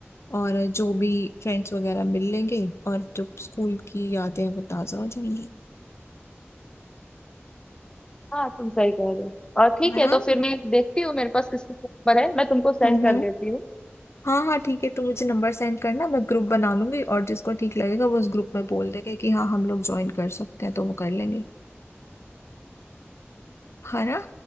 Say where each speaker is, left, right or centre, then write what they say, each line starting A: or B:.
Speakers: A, on the left; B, on the left.
A: और जो भी फ्रेंड्स वगैरह मिल लेंगे और जो स्कूल की यादें हैं वो ताज़ा हो जाएंगी
B: हाँ तुम सही कह रहे हो और ठीक
A: है
B: है
A: ना
B: तो फिर मैं देखती हूँ मेरे पास किस किस नंबर है मैं तुमको सेंड
A: हम्म
B: कर
A: हम्म
B: देती हूँ
A: हाँ हाँ ठीक है तो मुझे नंबर सेंड करना मैं ग्रुप बना लूंगी और जिसको ठीक लगेगा वो उस ग्रुप में बोल देगा कि हाँ हम लोग ज्वाइन कर सकते हैं तो वो कर लेंगे है ना